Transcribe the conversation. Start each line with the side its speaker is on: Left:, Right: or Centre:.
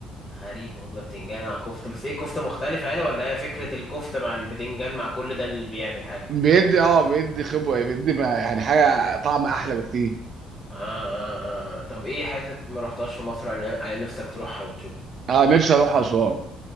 Left: غريب والله بتنجان مع كفتة بس ايه كفتة مختلفة يعني ولا هي فكرة الكفتة مع البتنجان مع كل ده اللي بيعمل حاجة
Right: بيدي اه بيدي خبره بيدي ما- يعني حاجه طعم احلى بكتير
Left: آه, آه, آه. آه. طب ايه حتة ما رحتهاش في مصر عن عن نفسك تروحها وتشوف
Right: اه نفسي اروح اسوان